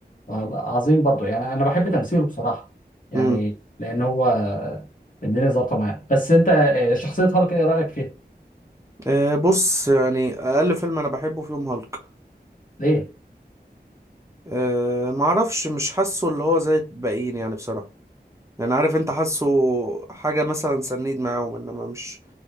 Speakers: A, on the left; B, on the right.
A: عظيم برضه يعني أنا بحب تمثيله بصراحة يعني
B: مم.
A: لأن هو آه، الدنيا ظابطة معاه بس أنت آه، شخصية هالك إيه رأيك فيها؟
B: أه بص يعني اقل فيلم انا بحبه فيهم هالك
A: ليه؟
B: أه معرفش مش حاسه اللي هو زي الباقيين يعني بصراحه يعني عارف انت حاسه حاجه مثلا سنيد معاهم انما مش